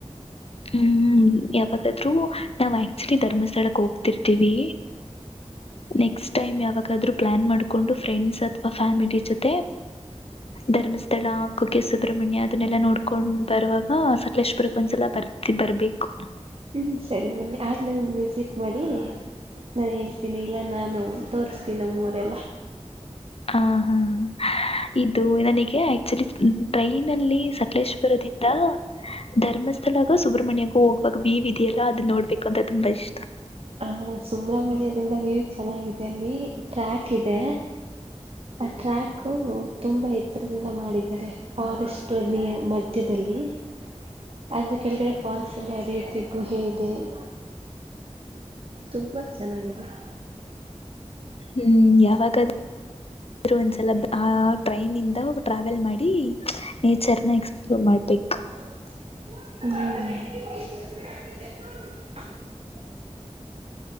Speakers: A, on the left; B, on the right.
A: ಹ್ಮ್ ಯಾವಾಗಾದ್ರೂ ನಾವವು ಆಕ್ಚುಲಿ ಧರ್ಮಸ್ಥಳಕ್ ಹೋಗ್ತಿರ್ತಿೀವಿ ನೆಕ್ಸ್ಟ್ ಟೈಮ್ ಯಾವಾಗಾದ್ ರೂ ಪ್ಲಾನ್ ಮಾಡ್ಕೊಂಡು ಫ್ರೆಂಡ್ಸ್ ಅಥವಾ ಫ್ಯಾಮಿಲಿ ಜೊತೆ ಧರ್ಮಸ್ಥಳ ಕುಕ್ಕೆ ಸುಬ್ರಹ್ಮಣ್ಯ ಅದನ್ನೆಲ್ಲಾ ನೋಡ್ಕೊಂಡ್ ಬರುವಾಗ ಲಷ್ಟ್ ಬರ್ಕ್ ಒಂದ್ಸಲ ಬರ್ತಿ ಬರ್ಬೇಕು
B: ಹ್ಮ್ ಸರಿ ಬನ್ನಿ ಆಗ ನಂಗ ವಿಸಿಟ್ ಮಾಡಿ ನಾಾನು ಹೇಳ್ತೀನಿ ಇಲ್ಲ ನಾನು ತೋರಿಸ್ತೀವಿ ನಮ್ಮ ವರೆಲ್ಲ
A: ಹ ಹಾ ಇದು ನನಗೆ ಆಕ್ಚುಲಿ ಟ್ರೈನ್ಲ್ಲಿ ಸಕಲೇಶ್ವುರದಿಂದ ಧರ್ಮಸ್ಥಳಾಗ ಸುಬ್ರಹ್ಮಣ್ಯಗೂ ಹೋಗುವಾಗ ವಿ ಇದೆಯಲ್ಲ ಅದನ್ನ ನೋಡ್ಬೇಕು ಅಂತ ತುಂಬಾ ಇಷ್ಟ
B: ಹ ಸುಬ್ರ್ಮಣ್ಯರಿಂದ ವ್ಯೂ ಚೆನ್ನಾಗಿದೆ ಅಲ್ಲಿ ಟ್ರ್ಯಾಕ್ ಇದೆ ಆ ಟ್ರ್ಯಾಕು ತುಂಬಾ ಎತ್ತರದಿಂದ ಮಾಡಿದ್ದಾರೆ ಫಾರೆಸ್ಟ್ ಮಧ್ಯದಲ್ಲಿ <inaudible> ಆದರೂ ಕೆಳಗಡೆ ಫಾಲ್ಸ್ಲ್ಲಿ ಅದೇ ರೀತಿ ಗುಹೆ ಇದೆ <inaudible> ತುಂಬ ಚೆನ್ನಾಗಿದೆ <inaudible>
A: ಹ್ಮ್ ಯಾವಾಗ ಆದರು ಒಂದ್ಸಲ ಆ ಟ್ರೈನ್ ಇಂದ ಟ್ರಾವೆಲ್ ಮಾಡಿ ನೇಚರ್ನ ಎಕ್ಸ್ಪ್ಲೋರ್ ಮಾಡಿ ಬೆ
B: ಹ <inaudible>